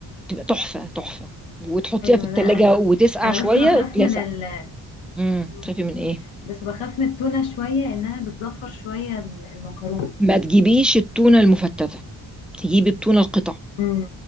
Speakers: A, in the centre; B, on the left.
A: تبقى تحفة تحفة وتحطيها
B: حلو
A: في التلاجة
B: ده قوي
A: وتسقع
B: انا
A: شوية
B: بس بخاف
A: تلاسع
B: من ال
A: امم
B: مم.
A: تخافي من ايه
B: بس بخاف من التونة شوية انها بتزفر شوية المكرونة
A: ما تجيبيش التونة المفتتة تجيبي التونة القطع
B: امم